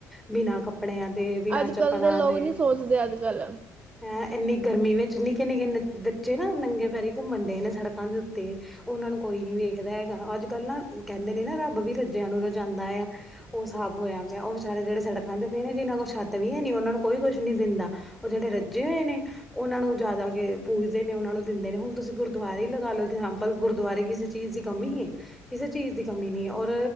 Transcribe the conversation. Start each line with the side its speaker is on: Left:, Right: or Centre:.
Centre: ਬਿਨਾਂ ਕੱਪੜਿਆਂ ਤੇ, ਬਿਨਾਂ
Right: ਅੱਜ
Centre: ਚੱਪਲਾਂ
Right: ਕੱਲ੍ਹ ਦੇ ਲੋਕ
Centre: ਤੇ
Right: ਨਹੀਂ ਸੋਚਦੇ ਅੱਜ ਕੱਲ
Centre: ਹੈਂ ਏਨੀ ਗਰਮੀ ਵਿੱਚ ਨਿੱਕੇ-ਨਿੱਕੇ ਬੱਚੇ ਨਾ ਨੰਗੇ ਪੈਰੀ ਘੁੰਮਣ ਦਏ ਨੇ ਸੜਕਾਂ ਦੇ ਉੱਤੇ। ਉਹਨਾ ਨੂੰ ਕੋਈ ਨੀ ਵੇਖਦਾ ਹੈਗਾ ਅੱਜਕੱਲ੍ਹ ਨਾ ਕਹਿੰਦੇ ਨੇ ਨਾ ਰੱਬ ਵੀ ਰੱਜਿਆਂ ਨੂੰ ਰਜਾਂਦਾ ਆ। ਉਹ ਸਾਬ ਹੋਇਆ ਪਿਆ ਉਹ ਵਿਚਾਰੇ ਜਿਹੜੇ ਸੜਕਾਂ ਤੇ ਪਏ ਨੇ ਜਿਨਾ ਕੋਲ ਛੱਤ ਵੀ ਹੈ ਨੀ ਉਹਨਾਂ ਨੂੰ ਕੋਈ ਕੁਛ ਨੀ ਦਿੰਦਾ। ਉਹ ਜਿਹੜੇ ਰੱਜੇ ਹੋਏ ਨੇ ਉਹਨਾਂ ਨੂੰ ਜਾ-ਜਾ ਕੇ ਕੇ ਪੂਜਦੇ ਨੇ ਉਹਨਾਂ ਨੂੰ ਦਿੰਦੇ ਨੇ ਹੁਣ ਤੁਸੀਂ ਗੁਰਦੁਆਰੇ ਹੀ ਲਗਾ ਲਓ ਇਗਜਾਮਪਲ ਗੁਰਦੁਆਰੇ ਕਿਸੇ ਚੀਜ਼ ਦੀ ਕਮੀ ਏ ਕਿਸੇ ਚੀਜ਼ ਦੀ ਕਮੀ ਨੀ ਔਰ,